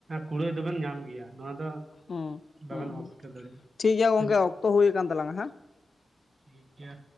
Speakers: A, on the right; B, on the left.
A: ᱠᱩᱲᱟᱹᱭ ᱫᱚᱵᱮᱱ ᱧᱟᱢ ᱜᱮᱭᱟ ᱱᱚᱣᱟ ᱫᱚ
B: ᱦᱩᱸ
A: ᱵᱟᱵᱮᱱ
B: ᱦᱩᱸ
A: ᱚᱥᱤᱠᱟᱹᱨ ᱫᱟᱲᱮᱭᱟᱜᱼᱟ
B: ᱴᱷᱤᱠᱜᱮᱭᱟ
A: ᱴᱷᱤᱠ
B: ᱜᱚᱝᱠᱮ ᱚᱠᱛᱚ ᱦᱩᱭᱩᱠᱟᱱ ᱛᱟᱞᱟᱝᱟ ᱦᱮᱸ
A: ᱴᱷᱤᱠ ᱜᱮᱭᱟ